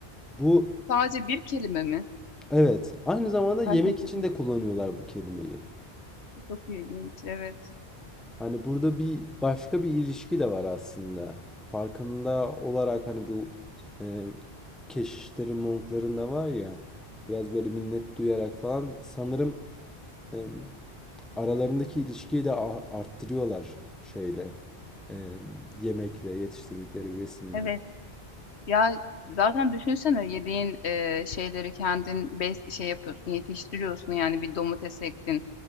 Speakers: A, in the centre; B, on the left.
A: Bu
B: Sadece bir kelime mi?
A: evet, aynı zamanda yemek
B: A, çok
A: için
B: ilginç,
A: de kullanıyorlar bu kelimeyi.
B: çok ilginç. Evet,
A: Hani burada bir başka bir ilişki de var aslında. Farkında olarak hani bu e, keşişlerin, monkların da var ya biraz böyle minnet duyarak falan sanırım e, aralarındaki ilişkiyi de arttırıyorlar şeyle. Ee, yemekle, yetiştirdikleri besinle.
B: evet. Ya, zaten düşünsene yediğin, eee, şeyleri kendin bes şey yapıyorsun, yetiştiriyorsun, yani, bir domates ektin.